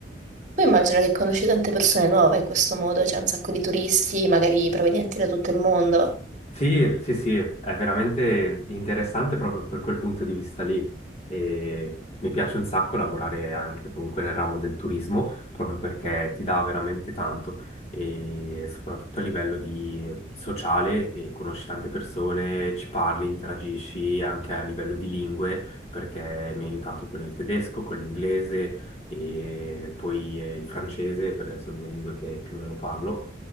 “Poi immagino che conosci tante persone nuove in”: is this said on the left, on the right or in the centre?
Right